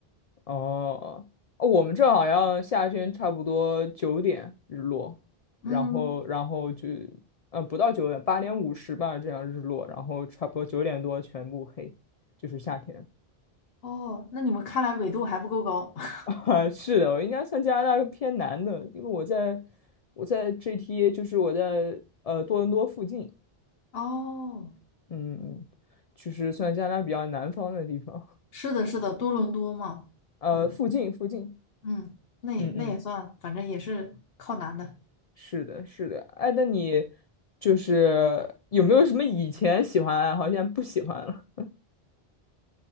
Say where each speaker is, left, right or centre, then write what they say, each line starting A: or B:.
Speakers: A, on the left; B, on the left.
A: 哦，哦，我们这儿好像夏天差不多九点日落，然后然后就，
B: 嗯，
A: 嗯，不到九点，八点五十吧，这样日落，然后差不多九点多全部黑，就是夏天。
B: 哦，那你们看来纬度还不够高。<laughs>
A: <laughs> 啊，是的，我应该算加拿大偏南的，因为我在我在 GTA，就是我在呃多伦多附近，
B: 哦，
A: 嗯嗯，就是算加拿大比较南方的地方，
B: 是的，是的，多伦多嘛。
A: <laughs> 呃，
B: 嗯。
A: 附近附近，
B: 嗯，那也那也算，
A: 嗯嗯。
B: 反正也是靠男的。
A: 是的，是的，哎，那你就是有没有什么以前喜欢的爱好，现在不喜欢了？